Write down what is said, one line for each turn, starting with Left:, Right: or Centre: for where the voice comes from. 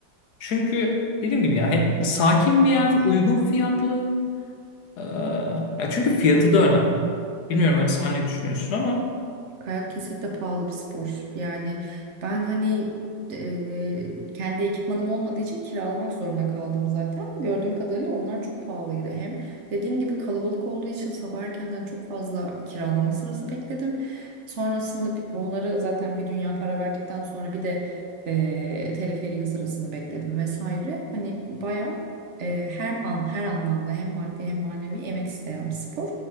Left: Çünkü dediğim gibi yani hem sakin bir yer, uygun fiyatlı. Ee, ya çünkü fiyatı da önemli. Bilmiyorum
Right: Tabii.
Left: hani sen ne düşünüyorsun ama
Right: Kayak kesinlikle pahalı bir spor. Yani ben hani e, kendi ekipmanım olmadığı için kiralamak zorunda kaldım zaten. Gördüğüm kadarıyla onlar çok pahalıydı. Hem dediğim gibi kalabalık olduğu için sabah erkenden çok fazla kiralama sırası bekledim. Sonrasında bir- onları zaten bir dünya para verdikten sonra bir de e, teleferiğin sırasını bekledim vesaire. Hani bayağı e, hem an, her anlamda hem maddi hem manevi emek isteyen bir spor.